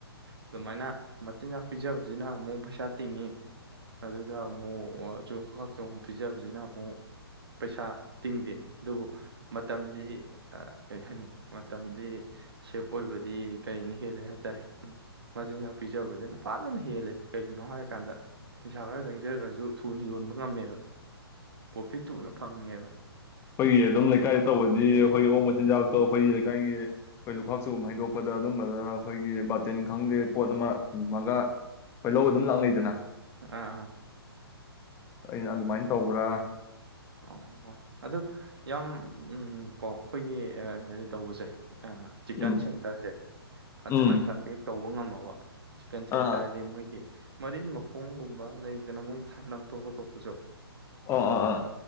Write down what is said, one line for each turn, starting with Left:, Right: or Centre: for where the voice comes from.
Right: ꯑꯗꯨ ꯃꯥꯏꯅ ꯏꯆꯤꯟꯅꯥꯥꯛ ꯄꯤꯖꯕꯁꯤꯅ ꯑꯃꯨꯛ ꯄꯩꯁꯥ ꯇꯤꯡꯉꯤ ꯑꯗꯨꯒ ꯑꯃꯨꯛ ꯑꯆꯨ ꯈꯥꯛꯀ ꯑꯃꯨꯛ ꯄꯤꯖꯕꯁꯤꯅ ꯑꯃꯨꯛ ꯄꯩꯁꯥ ꯇꯤꯡꯗꯦ ꯑꯗꯨꯕꯨ ꯃꯇꯝꯗꯤ ꯀꯔꯤ ꯍꯥꯏꯅꯤ ꯃꯇꯝꯗꯤ ꯁꯦꯞ ꯑꯣꯏꯕꯗꯤ ꯀꯔꯤꯅ ꯍꯦꯜꯂꯦ ꯍꯥꯏꯇꯥꯔꯦ ꯃꯆꯤꯟꯖꯥꯛ ꯄꯤꯖꯕꯁꯤꯅ ꯐꯖꯅ ꯍꯦꯜꯂꯦ ꯀꯩꯒꯤꯅꯣ ꯍꯥꯏꯔꯀꯥꯟꯗ ꯄꯩꯁꯥ ꯈꯔ ꯆꯪꯖꯔꯒꯁꯨ ꯊꯨꯅ ꯌꯣꯟꯕ ꯉꯝꯃꯦꯕ ꯄ꯭ꯔꯣꯐꯤꯠ ꯊꯨꯅ ꯐꯪꯉꯦꯕ
Left: ꯑꯩꯈꯣꯏꯒꯤ ꯑꯗꯨꯝ ꯂꯩꯀꯥꯏꯗ ꯇꯧꯕꯗꯤ ꯑꯩꯈꯣꯏꯒꯤ ꯑꯣꯛ ꯃꯆꯤꯟꯖꯥꯛꯇꯣ ꯑꯩꯈꯣꯏꯒꯤ ꯂꯩꯀꯥꯏꯒꯤ ꯑꯩꯈꯣꯏ ꯂꯨꯈꯥꯛꯆꯨꯒꯨꯝꯕ ꯍꯩꯗꯣꯛꯄꯗ ꯑꯗꯨꯝꯕꯗ ꯑꯩꯈꯣꯏꯒꯤ ꯕꯥꯔꯇꯤꯟ ꯈꯪꯗꯦ ꯄꯣꯠ ꯑꯃ ꯊꯝꯃꯒ ꯑꯩꯈꯣꯏ ꯂꯧ ꯑꯗꯨꯝ ꯂꯥꯛꯅꯩꯗꯅ
Right: ꯑꯥ
Left: ꯑꯩꯅ ꯑꯗꯨꯃꯥꯏꯅ ꯇꯧꯕ꯭ꯔꯥ
Right: ꯑꯣ ꯑꯗꯨ ꯌꯥꯝ ꯀꯣ ꯑꯩꯈꯣꯏꯒꯤ ꯀꯔꯤ ꯇꯧꯕꯁꯦ ꯑ ꯆꯤꯀꯟ
Left: ꯎꯝ
Right: ꯁꯦꯟꯇꯔꯁꯦ ꯐꯖꯅ
Left: ꯎꯝ
Right: ꯀꯟꯇꯦꯛ ꯇꯧꯕ ꯎꯉꯝꯕꯕ ꯆꯤꯛꯟ ꯁꯦꯟꯇ꯭ꯔꯗꯤ
Left: ꯑꯥ
Right: ꯃꯣꯏꯒꯤ ꯃꯔꯤꯟ ꯃꯈꯣꯡꯒꯨꯝꯕ ꯂꯩꯗꯅ ꯃꯣꯏ ꯂꯪꯊꯣꯛ ꯈꯇꯣꯛꯄꯁꯨ
Left: ꯑ ꯑꯥ ꯑ